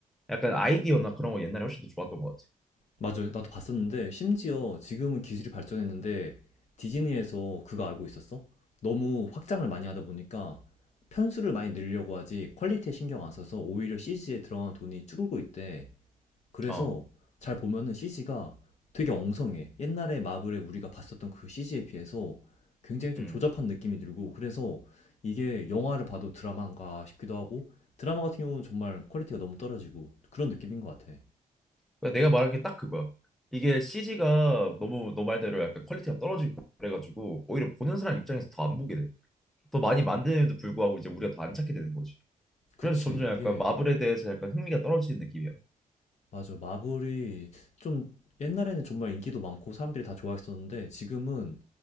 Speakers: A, in the centre; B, on the left.
A: 약간 아이디어나 그런 거 옛날에 훨씬 더 좋았던 것
B: 맞아요. 나도 봤었는데 심지어 지금은 기술이 발전했는데 디즈니에서 그거 알고 있었어? 너무 확장을 많이 하다 보니까 편수를 많이 늘려고 하지 퀄리티에 신경 안 써서 오히려 CG에 들어가는 돈이 줄고 있대.
A: 같아.
B: 그래서
A: 어,
B: 잘 보면은 CG가 되게 엉성해. 옛날에 마블에 우리가 봤었던 그 CG에 비해서 굉장히 좀
A: 음.
B: 조잡한 느낌이 들고 그래서 이게 영화를 봐도 드라마인가 싶기도 하고 드라마 같은 경우는 정말 퀄리티가 너무 떨어지고 그런 느낌인 것 같아.
A: 그러니까 내가 말한 게 딱 그거야. 이게 CG가 너무 너 말대로 약간 퀄리티가 떨어지고 그래가지고 오히려 보는 사람 입장에서 더 안 보게 돼. 더 많이 만드는데도 불구하고 이제 우리가 더 안 찾게 되는 거지.
B: 그치.
A: 그래서 점점 약간
B: 이게
A: 마블에 대해서 약간 흥미가 떨어지는 느낌이야.
B: 맞아. 마블이 좀 옛날에는 정말 인기도 많고 사람들이 다 좋아했었는데 지금은